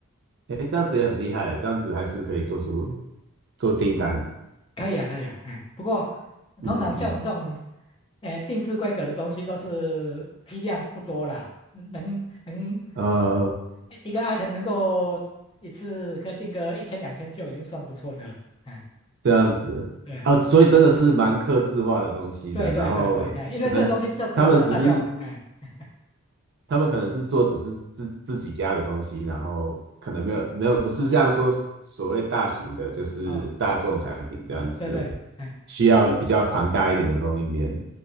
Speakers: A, on the right; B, on the left.
A: 哎，这样子也很厉害，这样子还是可以做出做订单，
B: 可以啊，可以啊，哎，不过
A: 嗯嗯，
B: 通常像我们这种，呃，定制规格的东西都是批量不多啦，能能算
A: 呃，
B: 一个 item 能够一次可以定个一千两千就已经算不错的了，哎，
A: 这样子啊，
B: 对
A: 所以真的是蛮客制化的东西的。
B: 对对对对，
A: 然后可能他们只是
B: 哎，因为这个东西就只有他在用，哎，<laughs>
A: 他们可能是做只是自自己家的东西，然后可能没有没有不是像说所谓大型的，就是大众产品这样子，
B: 哦啊，对对，哎，
A: 需要比较庞大一点的供应链。
B: u